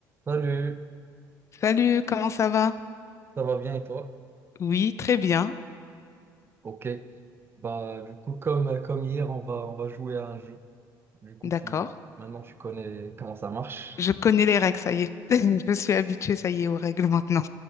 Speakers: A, on the right; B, on the left.
A: Salut,
B: Salut, comment ça va?
A: ça va bien et toi?
B: Oui, très bien,
A: Ok. Bah du coup comme, comme hier on va on va jouer à un jeu. Du coup
B: d'accord.
A: tu maintenant tu connais comment ça marche.
B: Je connais les règles, ça y est. <laughs> Je suis habituée, ça y est, aux règles maintenant.